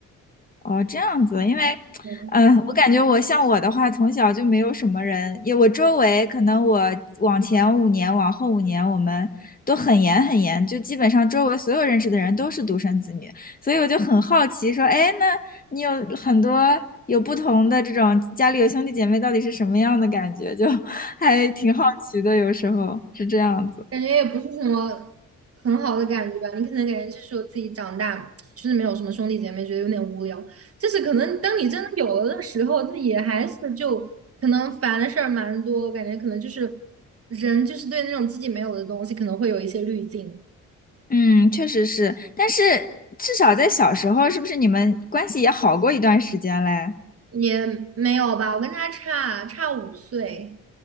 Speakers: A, on the left; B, on the right.
A: 哦，这样子，因为，
B: <laughs>
A: 嗯，我感觉我像我的话，从小就没有什么人，也我周围可能我往前五年，往后五年，我们都很严很严，就基本上周围所有认识的人都是独生子女，所以我就很好奇，说，哎，那你有很多有不同的这种家里有兄弟姐妹，到底是什么样的感觉？就 <laughs> 还挺好奇的，有时候是这样子。
B: 感觉也不是什么很好的感觉吧。你可能感觉就是说自己长大，就是没有什么兄弟姐妹，觉得有点无聊。就是可能当你真的有了的时候，就也还是就可能烦的事儿蛮多。我感觉可能就是人就是对那种自己没有的东西，可能会有一些滤镜。
A: 嗯，确实是，但是至少在小时候，是不是你们关系也好过一段时间嘞？
B: 也没有吧，我跟他差差五岁，